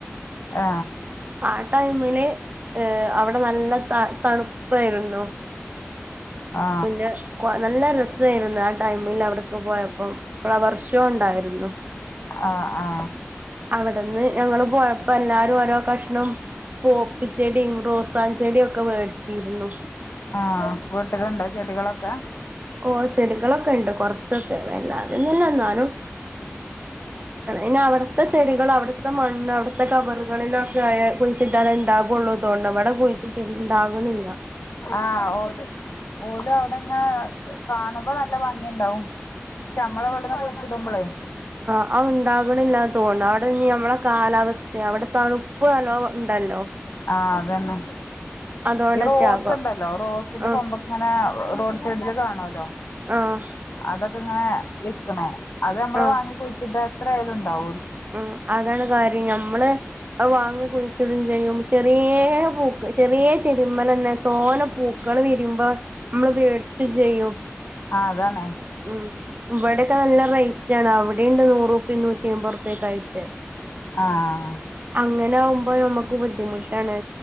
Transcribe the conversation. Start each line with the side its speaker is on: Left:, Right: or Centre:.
Left: ആ
Right: ആ ടൈമില് അവിടെ നല്ല ത തണുപ്പായിരുന്നു
Left: ആ
Right: പിന്നെ നല്ല രസായിരുന്നു ആ ടൈമിൽ അവിടൊക്കെ പോയപ്പം ഫ്ലവർ ഷോ ഉണ്ടായിരുന്നു
Left: ആ ആ
Right: അവിടെന്ന് ഞങ്ങള് പോയപ്പോ എല്ലാരും ഓരോ കഷ്ണം പോപ്പിച്ചെടിയും റോസ ചെടിയും ഒക്കെ മേടിച്ച ചീരുന്നു
Left: ആഹ വീട്ടിിലുണ്ടോ ചെടികളൊക്കെ
Right: ഓ ചെടികളൊക്കെ ഉണ്ട് കൊറച്ചൊക്കെ വല്ലാതന്നല്ല എന്നാലും ഇന്ന അവിടുത്തെ ചെടികൾ അവി അവിത്തെ മണ്ണ് അവിടുത്തെ കവറുകളിലൊക്കെ കുഴിച്ചിട്ട ഉണ്ടാാവുള്ളൂ തോന്നുന്നു ഇവിടെ കുഴിച്ചിട്ടുണ്ടാവണില്ല
Left: ആ ഓല് ഓല് അവിടെ ഇങ്ങനെ കാണുമ്പോ നല്ല ഭംഗിയുണ്ടാവും മ്മളെ ഇവിടുന്നു കുഴിച്ചിടുമ്പോളെ
Right: ആണ്ട് <unintelligible> ഉണ്ടാകണില്ലന്ന് തോന്നാ അവിടെ നമ്മളുടെ കാലാവസ്ഥ അവിടെ തണുപ്പ് നല്ലോ ഉണ്ടല്ലോ
Left: ആഹ് അതന്നെ
Right: അതോണ്ടറ്റാകാം
Left: ഈ റോസ് ഉണ്ടല്ലോ റോസിന്റെ
Right: ആഹ്
Left: കൊമ്പക്ക ഇങ്ങനെ റോഡ് സൈഡില് കാണല്ലോ
Right: ആഹ്
Left: അതൊക്ക ഇങ്ങനെ വിൽക്കണേ അത് നമ്മള്
Right: ആഹ്
Left: വാങ്ങി കുയ്ച്ച്ട ത്രയാ <unintelligible> തൗ
Right: ഉം അതാണ് കാര്യം ഞമ്മള് വാങ്ങി കുയിച്ചിടും ചെയ്യും ചെറിയ പൂ ചെറിയ ചെടിമ്മലന്നെ തോന പൂക്കള് വിരിമ്പോ നമ്മള് വേടിച്ചും ചെയ്യും
Left: ആ അതാണ്
Right: ഉം ഇവിടെക്കെ നല്ല റെയ്റ്റ് ആണ് അവ് ടിണ്ട് നൂറു നൂറ്റയ്മ്പത് റുപ്പിം ക്കെ ആയിട്ട്
Left: ആഹ്
Right: അങ്ങനെ ആവുമ്പോ നമുക്ക് ബുദ്ധിമുട്ടാണ്